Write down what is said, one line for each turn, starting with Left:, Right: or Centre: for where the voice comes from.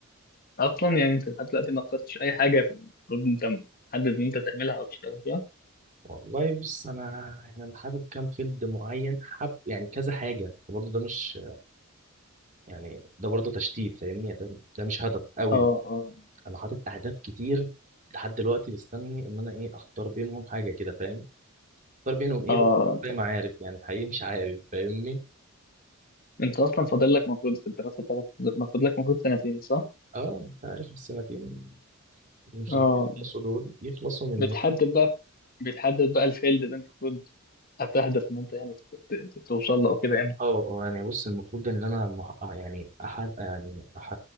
Left: اصلا يعني انت لحد دلوقتي ما اخترتش اي حاجة في- المفروض انت محدد ان انت تعملها او تشتغل فيها
Right: والله بص انا يعني انا حابب كام فيلد معين حاب يعني كذا حاجه برضه ده مش يعني ده برضه تشتيت فاهمني يعني ده ده مش هدف قوي
Left: اه اه
Right: انا حاطط اهداف كتير لحد دلوقتي مستني ان انا ايه اختار بينهم حاجه كده فاهم اختار بينهم ايه
Left: اه
Right: بقى
Left: انت
Right: زي ما عارف يعني حقيقي مش عارف فاهمني
Left: انت اصلا فاضل لك المفروض في الدراسة بتاعتك المفروض لك المفروض سنتين صح؟
Right: اه انت عارف السنتين اللي مش
Left: اه
Right: راضيين يخلصوا دول يخلصوا من
Left: بتحدد
Right: ايه
Left: بقى بتحدد بقى الفيلد اللي انت المفروض هتهدف ان انت يعني ت- ت- توصل له او كده امتى؟
Right: اه آه، يعني بص المفروض ان انا مح... آه، يعني أح... يعني أح...